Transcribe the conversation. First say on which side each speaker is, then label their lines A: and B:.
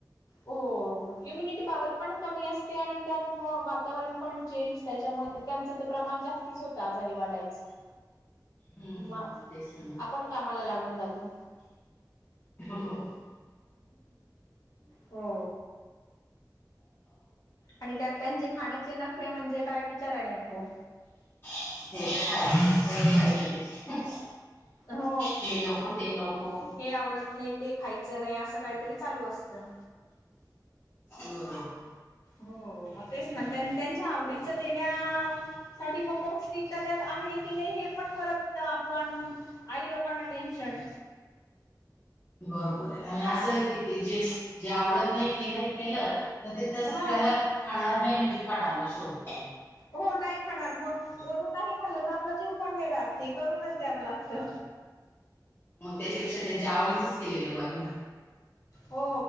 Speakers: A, on the left (about 55°); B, on the left (about 30°).
A: हो इम्युनिटी पॉवर पण कमी असते, आणि त्यात वातावरण पण चेंज त्याच्यामुळे. त्यांचं तर प्रमाण जास्तीच होतं आजारी वाडायचं.
B: हम्म हम्म,
A: म
B: तेच ना.
A: आपण कामाला लागून जातो.
B: <inaudible> ते
A: हो! आणि त्यात त्यांचे खाण्याचे नखरे म्हणजे काय विचारायला नको.
B: <unintelligible>
A: हो
B: ते नको ते नको
A: हे आवडत नाही, ते खायचं नाही, असं काहीतरी
B: बरोबर
A: चालू असतं.
B: बरोबर.
A: हो मग तेच ना त्यान त्यांच्या आवडीचं देण्या साठी मग पौष्टिकता त्यात आहे की नाही हे पण परत आपण. आई लोकांना टेन्शन.
B: बरोबर आहे, आणि असं आहे की ते जे जे आवडत नाही ते नाही केलं तर ते तस
A: हा
B: त्याला खाणार नाही म्हणजे खाणार नाही शेवट पर्यंत.
A: हो नाही खाणार म वरून नाही खाल्लं तर आपला जीव पण नाही राहत ते करूनच द्यावं लागत. <inaudible>
B: मग त्याच्यापेक्षा त्यांच्या आवडीच केलेलं बर ना.
A: हो